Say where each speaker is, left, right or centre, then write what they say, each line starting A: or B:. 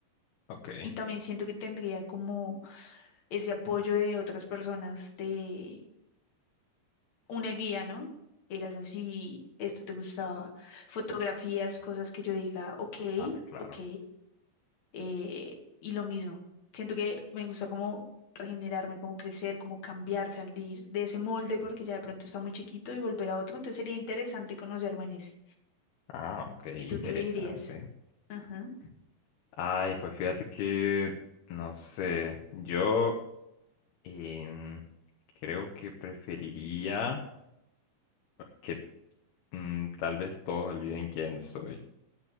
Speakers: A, on the left (about 90°); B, on the left (about 50°).
A: Ok.
B: y también siento que tendría como ese apoyo de otras personas, de una guía, ¿no? Eras así, esto te gustaba, fotografías, cosas que yo diga, ok,
A: Ah, claro.
B: ok. eh, y lo mismo, siento que me gusta como regenerarme, como crecer, como cambiar, salir de ese molde porque ya de pronto está muy chiquito y volver a otro, entonces sería interesante conocerme en ese.
A: Ah, ok, interesante.
B: ¿Y tú qué elegirías Ajá.
A: Ay, pues fíjate que, no sé, yo em, creo que preferiría que mm, tal vez todos olviden quién soy.